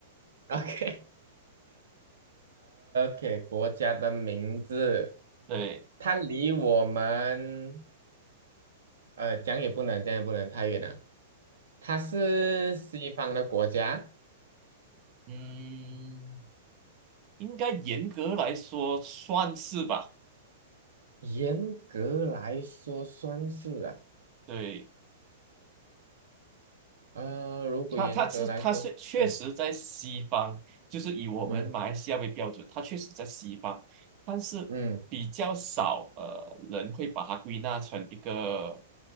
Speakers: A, on the right; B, on the right.
A: OK，OK，<laughs> 国家的名字，
B: <laughs> 对。
A: 它离我们呃讲也不能，讲也不能太远了。它是西方的国家，
B: 嗯，应该严格来说算是吧。
A: 严格来说算是啊。
B: 对，
A: 呃，如果严格来说，
B: 他，他是他是确实在西方，
A: 嗯
B: 就是以我们马来西亚为标准，
A: 嗯
B: 他确实在西方，但是比较少呃人会把它归纳成一个
A: 嗯，